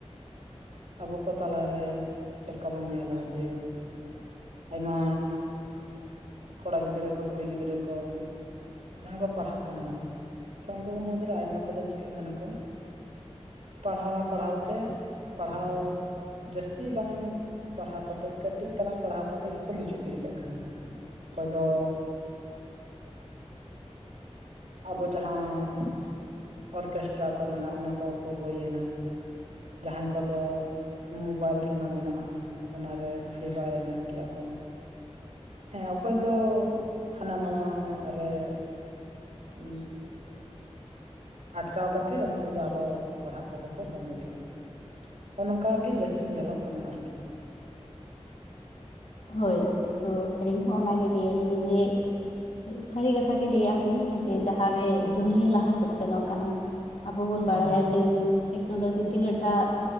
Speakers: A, on the right; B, on the left.
A: ᱟᱵᱚ ᱠᱚ ᱛᱟᱞᱟᱨᱮ ᱪᱮᱫ ᱞᱮᱠᱟ ᱵᱚᱱ ᱧᱮᱞᱟ ᱡᱮᱼᱼ ᱟᱭᱢᱟ ᱠᱚᱲᱟ ᱜᱤᱫᱽᱨᱟᱹ ᱠᱚ ᱠᱩᱲᱤ ᱜᱤᱫᱽᱨᱟᱹ ᱠᱚᱼᱼ ᱡᱟᱦᱟᱸ ᱠᱚ ᱯᱟᱲᱦᱟᱜ ᱠᱟᱱ ᱫᱚ ᱛᱚ ᱩᱱᱠᱩ ᱠᱚ ᱢᱩᱫᱽᱨᱮ ᱟᱭᱢᱟ ᱠᱚᱫᱚ ᱪᱤᱠᱟᱹᱜ ᱠᱟᱱᱟ ᱠᱚᱼᱼ ᱯᱟᱲᱦᱟᱣ ᱯᱟᱲᱦᱟᱣ ᱛᱮᱼᱼ ᱯᱟᱲᱦᱟᱣᱼᱼ ᱡᱟᱹᱥᱛᱤ ᱵᱟᱝ ᱯᱟᱲᱦᱟᱣ ᱠᱟᱛᱮᱫ ᱠᱟᱹᱴᱤᱡ ᱛᱟᱞᱟᱝ ᱯᱟᱲᱦᱟᱣ ᱠᱟᱛᱮᱫ ᱜᱮᱠᱚ ᱢᱩᱪᱟᱹᱫ ᱜᱤᱰᱤ ᱠᱟᱜ ᱠᱟᱱᱟ᱾ ᱚᱠᱚᱭ ᱫᱚ ᱟᱵᱚ ᱡᱟᱦᱟᱸ ᱚᱨᱠᱮᱥᱴᱟᱨ ᱠᱚ ᱢᱮᱱᱟᱜᱼᱟ ᱚᱱᱟ ᱠᱚ ᱠᱚ ᱵᱟᱹᱭ ᱮᱱᱟ ᱡᱟᱦᱟᱸᱭᱼᱼ ᱠᱚᱫᱚ ᱢᱳᱵᱟᱭᱤᱞ ᱨᱮᱢᱟ ᱢᱮᱱᱟᱜᱼᱟ ᱚᱱᱟ ᱨᱮ ᱯᱷᱨᱤ ᱯᱷᱟᱭᱟᱨ ᱮᱱᱮᱡ ᱠᱮᱫᱼᱟ ᱠᱚ᱾ ᱦᱮᱸ ᱚᱠᱚᱭ ᱫᱚ ᱦᱟᱱᱟ ᱱᱟᱣᱟ ᱨᱮᱼᱼ <unintelligible> ᱟᱴᱠᱟᱣ ᱠᱟᱛᱮᱫ ᱩᱱᱠᱩ ᱫᱚ ᱟᱫᱚ ᱯᱟᱲᱦᱟᱜ ᱠᱚᱫᱚ ᱠᱚ ᱵᱚᱱᱫᱚ ᱠᱮᱫᱟ᱾ ᱱᱚᱸᱜ-ᱚ ᱱᱚᱝᱠᱟ ᱜᱮ ᱡᱟᱹᱥᱛᱤ ᱧᱮᱞᱚᱜ ᱠᱟᱱᱟ ᱟᱨᱠᱤᱼᱼ
B: ᱦᱳᱭ ᱛᱚ ᱟᱹᱞᱤᱧ ᱦᱚᱸ ᱚᱱᱟᱜ ᱞᱟᱹᱭ ᱟᱹᱞᱤᱧ ᱡᱮᱼᱼ ᱥᱟᱹᱨᱤ ᱠᱟᱛᱷᱟᱜ ᱜᱮ ᱞᱟᱹᱭᱮᱫᱼᱟ ᱵᱤᱱ ᱡᱮ ᱡᱟᱦᱟᱸᱨᱮ ᱫᱩᱱᱭᱟᱹ ᱞᱟᱦᱟᱥᱮᱫ ᱥᱮᱱᱚᱜ ᱠᱟᱱᱟᱼᱼ ᱟᱵᱚ ᱵᱚᱱ
A: ᱦᱮᱸ
B: ᱵᱟᱲᱟᱭᱟ ᱡᱮᱼᱼ ᱴᱮᱠᱱᱳᱞᱚᱡᱤ ᱛᱤᱱᱟᱹᱜ ᱴᱟᱜ